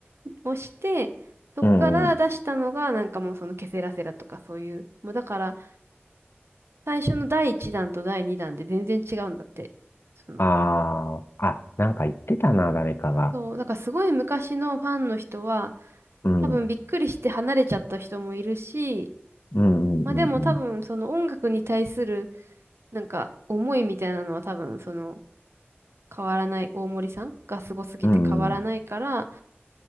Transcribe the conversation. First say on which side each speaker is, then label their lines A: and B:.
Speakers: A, on the right; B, on the left.
A: <laughs> をして、そっから出したのが、
B: うん、うん。
A: なんかもうそのケセラセラとかそういう、もうだから、最初の第1弾と第2弾で全然違うんだって。その、
B: ああ、あ、なんか言ってたな、誰かが。
A: そう、だからすごい昔のファンの人は、
B: うん、
A: 多分びっくりして離れちゃった人もいるし、
B: うん、
A: まあでも多分その音楽に対する、
B: うん、うん、
A: なんか思いみたいなのは多分その、変わらない、大森さんがすごすぎて変わらないから、
B: うん、うん、